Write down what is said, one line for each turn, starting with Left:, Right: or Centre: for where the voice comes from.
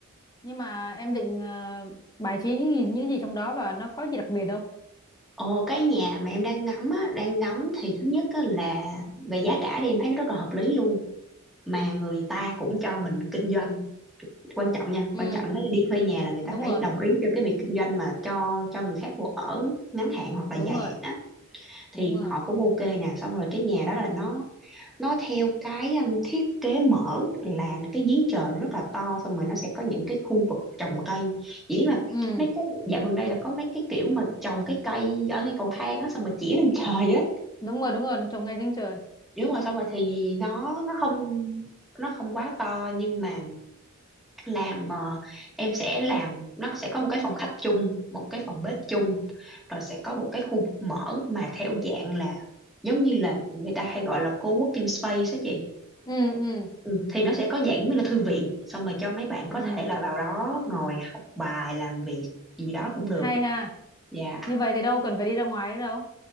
Left: nhưng mà em định ờ, bài trí những gì, những gì trong đó và nó có gì đặc biệt đâu
Centre: Ồ cái nhà mà em đang ngắm á, đang ngắm thì thứ nhất á là về giá cả thì em thấy nó rất là hợp lý luôn mà người ta cũng cho mình kinh doanh quan trọng nha
Left: ừ
Centre: quan trọng nếu đi thuê nhà là người
Left: đúng
Centre: ta phải
Left: rồi
Centre: đồng ý cho cái việc kinh doanh mà cho cho người khác vô ở ngắn hạn hoặc là
Left: đúng
Centre: dài
Left: rồi
Centre: hạn á thì
Left: đúng rồi
Centre: họ cũng ok nè xong rồi cái nhà đó là nó nó theo cái um, thiết kế mở là cái giếng trời nó rất là to xong rồi nó sẽ có những cái khu vực trồng cây chỉ biết mà
Left: ừ
Centre: mấy cái dạo gần đây là có mấy cái kiểu mà trồng cái cây ở ngay cầu thang á xong rồi chỉ lên trời á
Left: đúng rồi đúng rồi nó trồng ngay giếng trời
Centre: đúng rồi xong rồi thì nó nó không nó không quá to nhưng mà làm ờ, em sẽ làm nó sẽ có một cái phòng khách chung một cái phòng bếp chung rồi sẽ có một cái khu vực mở mà theo dạng là giống như là người ta hay gọi là co-working space đó chị
Left: ừ ừ
Centre: ừ, thì nó sẽ có dạng như là thư viện xong rồi cho mấy bạn có
Left: ừ
Centre: thể là vào đó ngồi học bài làm việc gì đó cũng được
Left: hay ha
Centre: dạ
Left: như vậy thì đâu cần phải đi ra ngoài nữa đâu